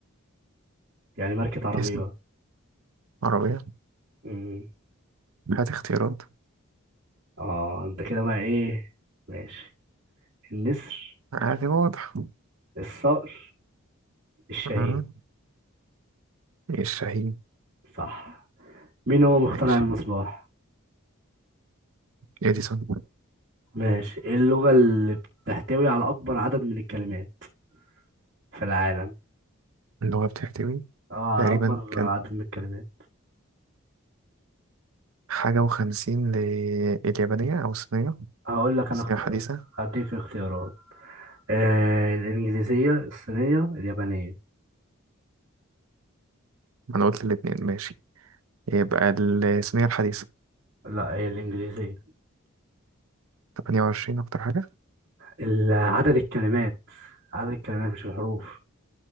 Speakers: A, on the right; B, on the right.
A: يعني ماركة عربيات
B: اسم عربية
A: امم
B: هات اختيارات
A: اه انت كده بقى ايه ماشي النسر
B: عادي واضح
A: الصقر الشاهين
B: آه. الشاهين
A: صح مين هو مخترع
B: ماشي
A: المصباح
B: اديسون
A: ماشي إيه اللغة اللي بتحتوي على اكبر عدد من الكلمات في العالم
B: اللي هو بتحتوي
A: اه
B: تقريبا
A: على اكبر
B: كان
A: عدد من الكلمات
B: حاجة وخمسين لليابانية أو الصينية
A: هقول لك انا
B: الصينية
A: اختيارات
B: الحديثة
A: هديك اختيارات آه الانجليزيه الصينيه اليابانيه
B: ما أنا قلت الاتنين ماشي يبقى الصينية الحديثة
A: لا هي الانجليزيه
B: تمانية وعشرين أكتر حاجة
A: ال- عدد الكلمات عدد الكلمات مش الحروف